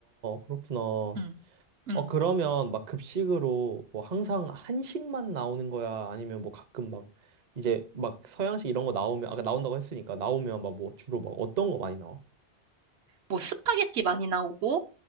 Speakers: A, on the right; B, on the right.
A: 그렇구나.
B: 응, 응.
A: 어, 그러면 막 급식으로 뭐 항상 한식만 나오는 거야? 아니면 뭐 가끔 막 이제 막 서양식 이런 거 나오면, 아까 나온다고 했으니까 나오면 막 뭐 주로 막 어떤 거 많이 나와?
B: 뭐 스파게티 많이 나오고